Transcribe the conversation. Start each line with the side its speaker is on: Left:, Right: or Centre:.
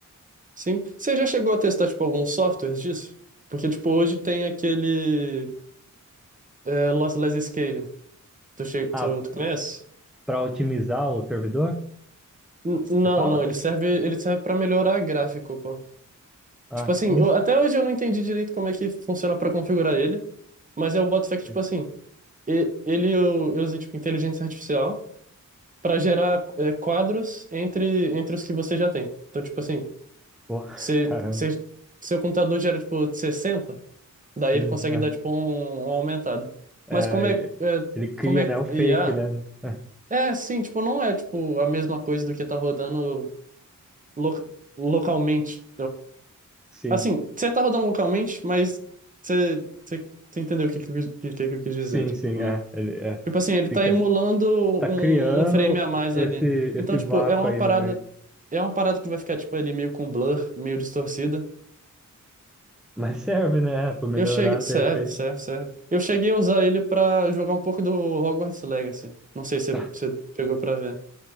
Right: Sim. Você já chegou a testar, tipo, alguns softwares disso? Porque, tipo, hoje tem aquele. É, Lossless Scaling. Tu, che...
Centre: Ah,
Right: tu, tu conhece?
Centre: Para otimizar o servidor?
Right: N- Não,
Centre: Você fala?
Right: não, ele serve, ele serve para melhorar gráfico, pô.
Centre: Ah,
Right: Tipo assim,
Centre: não
Right: eu- até hoje eu não entendi direito como é que funciona para configurar ele, mas eu boto fé
Centre: sei.
Right: que, tipo assim, e- ele eu, eu usei, tipo, inteligência artificial para gerar é, quadros entre, entre os que você já tem. Então, tipo assim,
Centre: Pô, <laughs>
Right: se,
Centre: caramba.
Right: se, seu computador gera, tipo, 60, daí
Centre: Sim,
Right: ele consegue
Centre: é.
Right: dar, tipo, um, uma aumentada.
Centre: É,
Right: Mas como é,
Centre: ele,
Right: é,
Centre: ele cria,
Right: como é
Centre: né, o fake,
Right: IA,
Centre: né? É,
Right: é, sim, tipo, não é, tipo, a mesma coisa do que tá rodando lo- localmente.
Centre: sim,
Right: Assim, você tá rodando localmente, mas você, você, você entendeu o que, que, eu quis- que- que eu quis dizer,
Centre: sim, sim,
Right: né?
Centre: é. Ele é,
Right: Tipo assim, ele
Centre: fica,
Right: tá emulando um,
Centre: tá criando
Right: um frame a mais
Centre: esse,
Right: ali.
Centre: esse
Right: Então, tipo,
Centre: vácuo
Right: é uma
Centre: aí
Right: parada,
Centre: no meio.
Right: é uma parada que vai ficar, tipo, ali meio com blur, meio distorcida.
Centre: Mas serve, né? É, Pra melhorar,
Right: Eu cheguei. Serve,
Centre: de repente.
Right: serve, serve. Eu cheguei a usar ele pra jogar um pouco do Hogwarts Legacy. Não sei se
Centre: <laughs>
Right: você pegou pra ver.